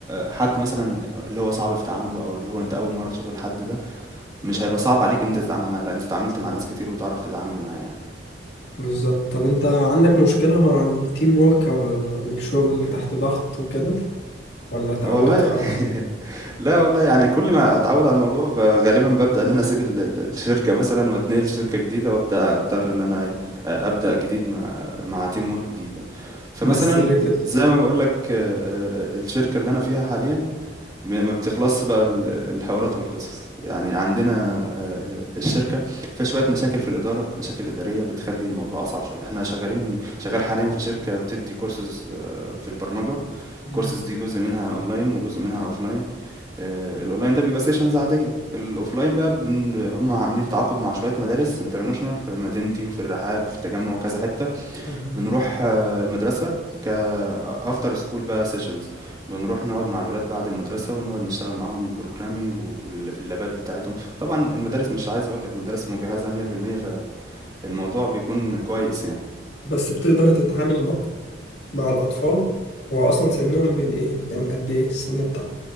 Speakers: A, on the right; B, on the left.
A: حد مثلا اللي هو صعب في تعامله او اللي هو انت اول مره تشوف الحد ده مش هيبقى صعب عليك ان انت تتعامل معاه لا انت اتعاملت مع ناس كتير وتعرف تتعامل معاه يعني
B: بالظبط طب انت عندك مشكلة مع التيم وورك او ال- الشغل اللي تحت ضغط وكده ولا اتعودت
A: آه والله
B: خلاص
A: <laughs> لا والله يعني كل ما اتعود على الموضوع ب- غالبا ببدا ان انا اسيب ال- ال- الشركه مثلا واتنقل شركه جديده وابدا اضطر ان انا إيه، آه، ابدا جديد مع مع تيم وورك جديد بقى فمثلا
B: بس ليه كده
A: زي ما بقول لك الشركه اللي انا فيها حاليا ما ما بتخلصش بقى ال- الحوارات والقصص يعني عندنا آه، الشركه فيها شويه مشاكل في الاداره مشاكل اداريه بتخلي الموضوع اصعب شويه احنا شغالين شغال حاليا في شركه بتدي كورسز في البرمجه
B: مم،
A: كورسز دي جزء منها اونلاين وجزء منها اوفلاين آه، الاونلاين ده بيبقى سيشنز عاديه الاوفلاين بقى بن... هم عاملين تعاقد مع شويه مدارس انترناشونال في مدينتي وفي الرحاب وفي التجمع وكذا حته
B: تمام
A: بنروح آه، المدرسه ك افتر سكول بقى سيشنز بنروح نقعد مع الولاد بعد المدرسه ونقعد نشتغل معاهم بروجرامنج وفي ال- في اللابات بتاعتهم طبعا المدارس مش عايز اقول لك المدارس مجهزه 100% فالموضوع بيكون كويس يعني
B: بس بتقدر تتعامل مع مع الأطفال هو أصلا سنهم بين إيه يعني قد إيه السن بتاعهم